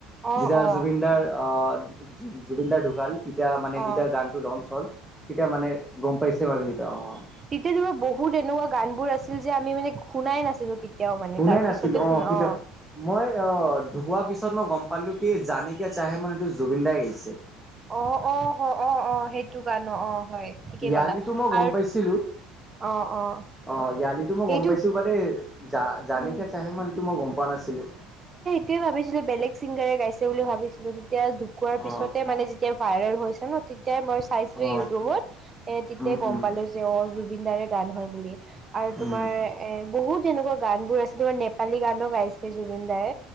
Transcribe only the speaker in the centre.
যেতিয়া
জুবিন দাৰ অহ, জুববিন দাহ ঢুকাল। তেতিয়া মানে
যেতিয়া গান টো লঞ্চ হল তেতিয়া মানে গম পাইছে মানুহ বিলাক অ',
শুনাই
নাছিলো
কেতিয়া
মই অ ঢুকোৱা পিছত মই গম পালো কি জানেকিয়া চাহে মন এইটো জুবিন দাই গাইছে
য়ালিতো
মই গম
পাইছিলো
অ য়ালিতো মই গম
পাইছো বাট এই জা জানকে
চাহে মন এইটো মই গম পোৱা নাছিলো
অ
অ
উম
উম
উম।